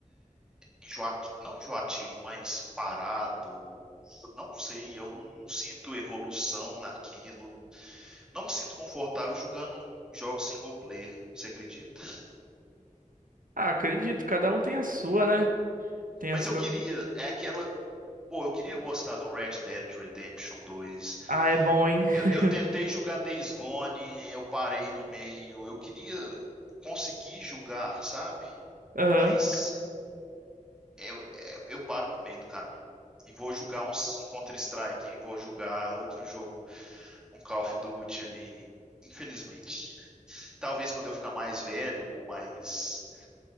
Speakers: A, in the centre; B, on the right (about 90°).
A: enjoati- não enjoativo, mas parado. Não sei, eu não sinto evolução naquilo. Não me sinto confortável jogando jogos single player, você acredita?
B: Ah, acredito, cada um tem a sua, né? Tem a
A: Mas
B: seu.
A: eu queria, é aquela, pô, eu queria gostar de um Red Dead Redemption dois
B: Ah, é bom, hein? <laughs>
A: Eu, eu tentei jogar Days Gone, eu parei no meio. Eu queria conseguir jogar, sabe?
B: Aham,
A: Mas eu, é- eu paro no meio do caminho. E vou jogar um, um Counter-Strike, e vou jogar outro jogo um Call of Duty ali, infelizmente. Talvez quando eu ficar mais velho, com mais,